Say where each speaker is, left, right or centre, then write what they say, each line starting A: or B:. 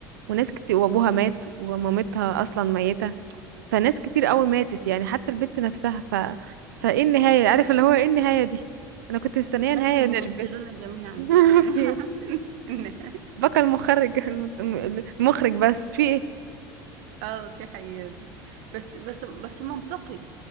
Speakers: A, on the right; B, on the right.
A: وناس كتير وابوها مات ومامتها اصلا ميتة فناس كتير قوي ماتت يعني حتى البت نفسها ف فايه النهاية عارف اللي هو ايه النهاية دي انا كنت مستنية
B: مات
A: نهاية
B: الممثلون
A: ان البت
B: جميعا
A: <laughs>
B: يعني <laughs>
A: في ايه
B: النهايه
A: بكى المخرج المت- المخرج بس في ايه
B: اه دي حقيقه دي بس بس بس منطقي